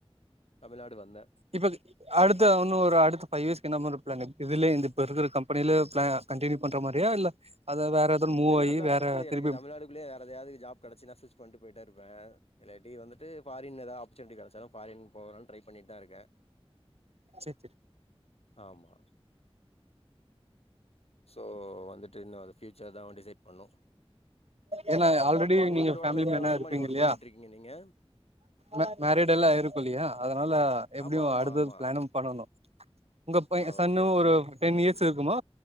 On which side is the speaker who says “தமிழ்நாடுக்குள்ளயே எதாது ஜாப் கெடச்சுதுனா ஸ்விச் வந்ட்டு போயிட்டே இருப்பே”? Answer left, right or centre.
Left